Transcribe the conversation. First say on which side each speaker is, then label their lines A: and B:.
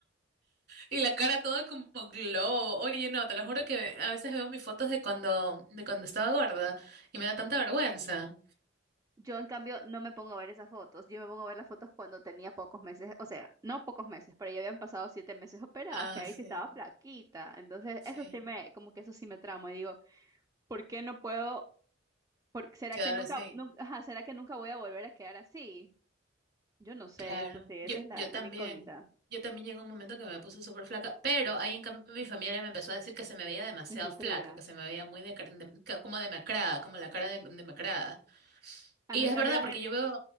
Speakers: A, on the right (about 55°); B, on the right (about 15°).
A: Y la cara toda como globo. Oye, no, te lo juro que a veces veo mis fotos de cuando, de cuando estaba gorda y me da tanta vergüenza.
B: Yo, en cambio, no me pongo a ver esas fotos. Yo me pongo a ver las fotos cuando tenía pocos meses, o sea, no pocos meses, pero ya habían pasado siete meses operada,
A: Ah,
B: que ahí
A: sí,
B: sí estaba flaquita. Entonces,
A: sí,
B: eso sí me, como que eso sí me tramo. Y digo, ¿por qué no puedo? por- ¿será
A: quedar
B: que nunca,
A: así.
B: nunca, ajá, será que nunca voy a volver a quedar así? Yo no sé,
A: Claro.
B: eso sí, esa
A: Yo,
B: es la,
A: yo también.
B: la incógnita,
A: Yo también llegué a un momento que me puse súper flaca, pero ahí en cambio mi familia me empezó a decir que se me veía demasiado
B: desnutrida.
A: flaca, que se me veía muy de, de- ca- como demacrada, como la cara de, demacrada.
B: A
A: Y
B: mí,
A: es
B: en cambio,
A: verdad,
B: en
A: porque
B: el,
A: yo veo...